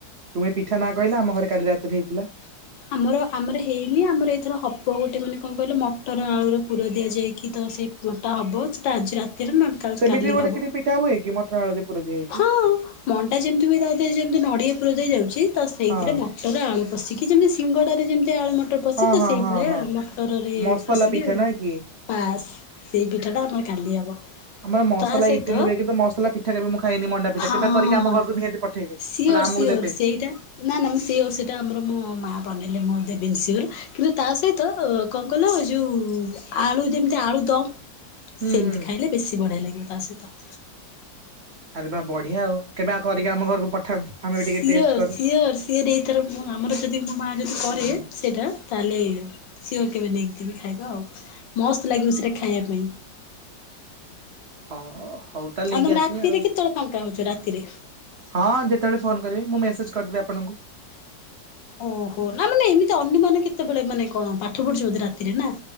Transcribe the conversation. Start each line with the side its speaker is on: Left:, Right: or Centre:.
Right: ତୁମେ ପିଠା ନା କହିଲା ଆମ ଘରେ କାଲି ରାତିରେ ହେଇଥିଲା।
Left: ଆମର ଆମର ହେଇନି ଆମର ଏଇଥର ହବ ଗୋଟେ ମାନେ କଣ କହିଲେ ମଟର ଆଳୁ ର ପୁର ଦିଆଯାଇକି ତ ସେଇଟା ହବ ସେଟା ଆଜି ରାତି
Right: ସେମିତି
Left: କାଲି
Right: ଗୋଟେ
Left: ହବ
Right: କି ପିଠା ହୁଏ କି ମଟର ଆଳୁରେ ପୁର ଦିଆ ହେଇକି
Left: ହଁ ମଟା ଯେମିତି ବି ଦାଉ ଯେମତି ନଡିଆ ଦେଇ ଯାଉଛି। ସେଇଥିରେ
Right: ହଁ
Left: ମଟର ଆଳୁ ପଷିକି ସିଙ୍ଗଡାରେ ଯେମିତି ସେ ଆଳୁ ମଟର ପଶି
Right: ହଁ
Left: ତ
Right: ହଁ
Left: ସେଇଭଳି
Right: ହଁ ହଁ।
Left: ମଟରରେ
Right: ମସଲା
Left: ପଶିକି
Right: ପିଠା ନାଇଁ କି?
Left: ପାସ୍ ସେଇ ପିଠା ଟା ଆମର କାଲି ହବ
Right: ଆମର ମସଲା
Left: ତା ସହିତ
Right: ଇଟିଲି ହୁଏ କିନ୍ତୁ ମସଲା ପିଠା କେବେ ମୁଁ ଖାଇନି ମଣ୍ଡା ପିଠା
Left: ହଁ
Right: କେବେ କରିକି ଆମ ଘରକୁ ନିହାତି ପଠେଇବେ।
Left: ସିଓର
Right: ନହେଲେ ଆମକୁ
Left: ସିଓର
Right: ଦେବେ
Left: ସେଇଟା ନା ନା ମୁଁ ଓର ସେଇଟା ଆମର ବନେଇଲେ ମୁଁ ଦେବନ ସର କିନ୍ତୁ ତା ସହିତ କଣ କିଲ ଯୋଉ ଆଳୁ ଯେମିତି ଆଳୁ ଦମ
Right: ହୁଁ
Left: ସେମିତି
Right: ହୁଁ
Left: ଖାଇଲେ ବେଶୀ ବଢିଆ ଲାଗିବ ତା ସହିତ
Right: ଆରେ ବା ବଢିଆ ଆଉ କେବେ କରିକି ଆମ ଘରକୁ ପଠାନ୍ତୁ ଆମେ
Left: ସିଓର
Right: ବି ଟିକେ ଟେଷ୍ଟ କରୁ।
Left: ସିଓର ସିଏର ଏଇଥର ମୁଁ ଆମର ଯଦି ମୋ ମାଆ ଯଦି କରେ ସେଇଟା ତାହଲେ ସିଓ କେବେନିଙ୍ଗ ଖାଇବା ଆଉ ମସ୍ତ ଲାଗିବ ସେଟା ଖାଇବା ପାଇଁ
Right: ହଁ। ହଉ ତାହେଲେ ନେଇକି
Left: ଆଉ ତମେ
Right: ଆସିବି
Left: ରାତିରେ
Right: ଆଉ
Left: କେତେବେଳେ ଫାଙ୍କା ହଉଛ ରାତିରେ?
Right: ହଁ ଯେତେବେଳେ ଫୋନ କରିବି ମୁଁ ମେସେଜ କରିଦେବବେ ଆପଣଙ୍କୁ
Left: ଓହୋ ନା ମାନେ ଏମିତି ଅନ୍ୟମାନେ କେତେବେଳେ ମାନେ କଣ ପାଠ ପଢୁିବ ବଧ ରାତିରେ ନା?